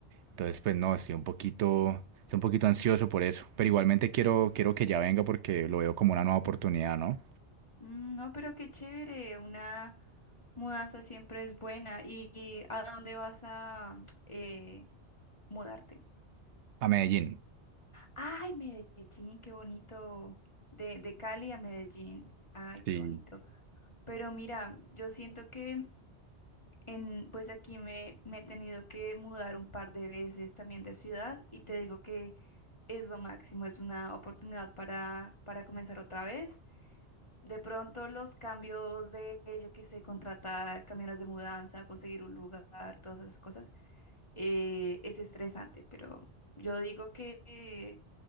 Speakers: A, on the right; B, on the left.
A: Entonces, pues no, estoy un poquito, estoy un poquito ansioso por eso. Pero igualmente quiero, quiero que ya venga porque lo veo como una nueva oportunidad, ¿no?
B: Mm, No, pero qué chévere, una mudanza siempre es buena. ¿Y, y a dónde vas a <tsk> eh, mudarte?
A: A Medellín.
B: Ay, Medellín, qué bonito. De, de Cali a Medellín. Ay, qué
A: Sí.
B: bonito. Pero mira, yo siento que en, pues aquí me, me he tenido que mudar un par de veces también de ciudad y te digo que es lo máximo, es una oportunidad para, para comenzar otra vez. De pronto los cambios de, yo qué sé, contratar camiones de mudanza, conseguir un lugar, todas esas cosas, eh, es estresante, pero yo digo que eh,